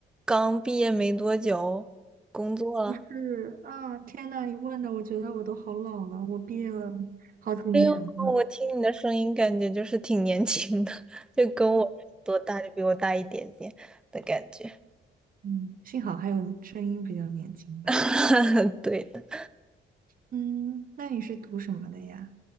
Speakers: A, in the centre; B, on the right.
A: 刚毕业没多久，工作了？
B: 不是啊，天呐，你问的，我觉得我都好老了，我毕业了好几年了。
A: 哎呦，我听你的声音，感觉就是挺年轻的，<laughs> 就跟我多大，就比我大一点点的感觉。
B: 嗯，幸好还有声音比较年轻吧。
A: <laughs> 对。
B: 嗯，那你是读什么的呀？